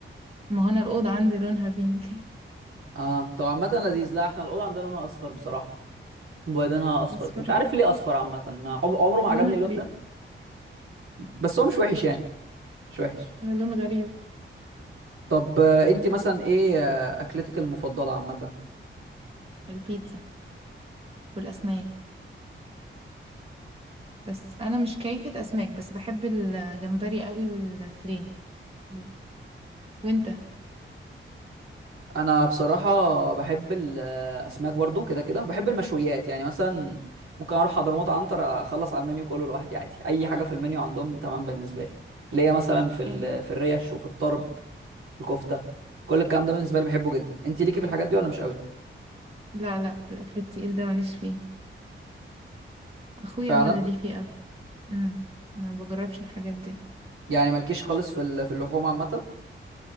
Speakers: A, on the right; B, on the right.
A: ما هو انا الأوضة عندي لونها بينك <laughs>
B: اه طب عامة لذيذ لا احنا الأوضة عندنا لونها أصفر بصراحة مبيضينها أصفر
A: اصفر
B: كده. مش عارف ليه أصفر عامة ما- عم- عمره
A: لون
B: ما عجبني اللون
A: غريب
B: ده بس هو مش وحش يعني مش وحش
A: لون غريب
B: طب آه، انت مثلا ايه آه، أكلتك المفضلة عامة
A: البيتزا والاسماك بس انا مش كيفة اسماك بس بحب الجمبري قوي والفليه قوي وانت
B: انا بصراحه بحب الاسماك برضو كده كده وبحب المشويات يعني مثلا ممكن اروح حضرموت عنتر اخلص على المنيو كله لوحدي عادي اي حاجه في المنيو عندهم تمام بالنسبه لي ليا مثلا في ال-
A: يعني
B: في الريش وفي الطرب الكفته كل الكلام ده بالنسبه لي بحبه جدا انت ليكي في الحاجات دي ولا مش قوي
A: لا لا الاكل التقيل ده ماليش فيه اخويا
B: فعلا
A: هو اللي ليه فيه قوي امم ما بجربش الحاجات دي
B: يعني مالكيش خالص في ال- في اللحوم عامه